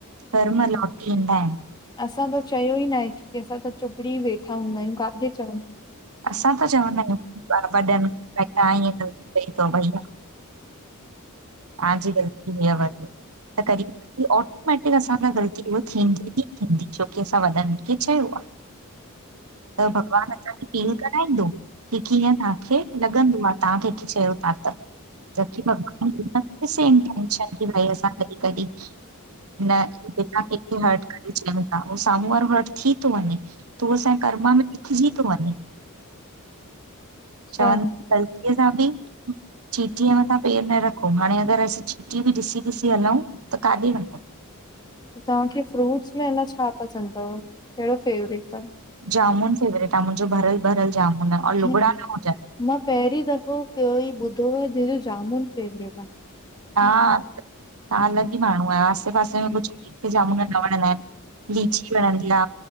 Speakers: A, on the right (about 75°); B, on the left (about 20°).
A: कर्म लोटी ईंदा आहिनि
B: असां त चयो ई न आहे की असां त चुभड़ी वेठा हूंदा आहियूं काथे चऊं
A: असां त चवंदा आहियूं वॾनि आ <inaudible> सही थव बड़िया ताजी <inaudible> त कॾहिं कॾहिं ऑटोमैटिक असां खां ग़लती उह थींदी ई थींदी छोकी असां वॾनि खे चयो आ, त भॻवानु असांखे फील कराईंदों की कीअं तव्हांखे लॻंदों आ, तव्हां कंहिंखे चयो था त, जबकी भॻवान <unintelligible> भई असां कॾी कॾी <unintelligible> न जेकर कंहिंखे हर्ट करे <unintelligible> उहो साम्हूं वारो हर्ट थी थो वञे त हू असांजे करमा में लिखजी थो वञे
B: अच्छा
A: चवन था ग़लतीअ सां बि चीटींअ मथां पेर न रख हाणे अगरि असां चीटी भी ॾिसी ॾिसी हलउ, त काॾे वनु
B: तव्हांखे फ्रूट्स में एन छा पसंदि थव, कहिड़ो फेवरेट थव?
A: जामुन फेवरेट आ मुंहिंजो, भरियलु भरियलु जामुन आ,
B: अथव
A: और लुॻिड़ा न हुजनि
B: मां पहिरीं दफ़ो कयो ई ॿुधो आ जंहिंजो जामुन फेवरेट आ।
A: हा, तवां अलॻि ई माण्हू आहियो। आसे पासे में कुछु जामुन न वणंदा आहिनि, लीची वणंदी आ,